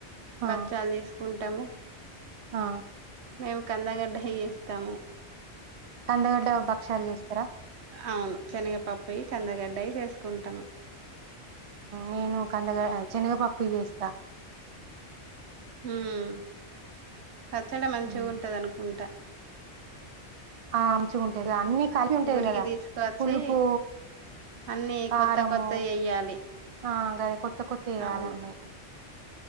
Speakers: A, on the right (about 50°); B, on the right (about 75°).
A: ఆ
B: బచ్చాలు చేసుకుంటాము
A: ఆ
B: మేము కందగడ్డయ్య చేేస్తాము
A: కందగడ్డ భక్ష్యాలు చేస్తారా
B: అవును శనగ పప్పు కందగడ్డయి చేసుకుంటాము
A: నేను కందగడా చనగపప్పు యి చేస్తా
B: ఉమ్ పచ్చడి మంచిగా
A: ఉమ్.
B: ఉంటది అనుకుంటా
A: ఆ అంచుగా ఉంటాది కదా అన్ని కలిపి ఉంటాయి
B: గురికి
A: కదా
B: తీసుకొచ్చి
A: పులుపు
B: అన్ని
A: కారము
B: కొత్త కొత్తయి ఎయ్యాలి
A: ఆ గది కొత్త కొత్త వేయాలన్నీ
B: అవును